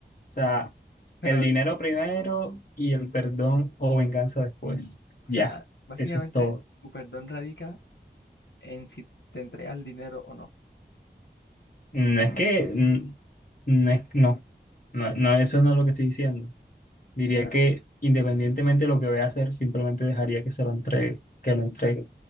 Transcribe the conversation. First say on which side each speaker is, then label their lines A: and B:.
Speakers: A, on the left; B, on the left.
A: sea,
B: Pero,
A: el dinero
B: eh,
A: primero y el perdón o venganza después.
B: o
A: Ya,
B: sea, básicamente
A: eso es todo.
B: tu perdón radica en si te entregas el dinero o no.
A: No es que, mm, no es, no, no, no, eso no es lo que estoy diciendo. Diría
B: A ver, a ver,
A: que independientemente de lo que voy a hacer, simplemente dejaría que se lo entregue, que lo entregue.